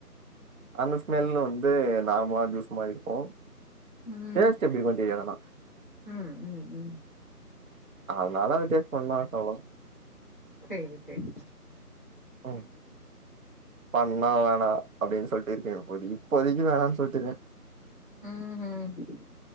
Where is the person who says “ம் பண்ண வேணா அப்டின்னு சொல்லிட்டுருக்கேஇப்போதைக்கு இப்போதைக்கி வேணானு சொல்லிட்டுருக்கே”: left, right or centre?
Right